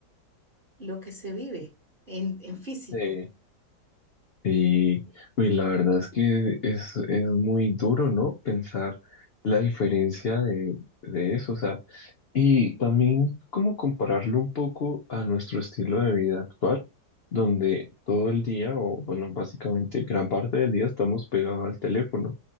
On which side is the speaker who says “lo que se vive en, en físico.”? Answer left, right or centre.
Right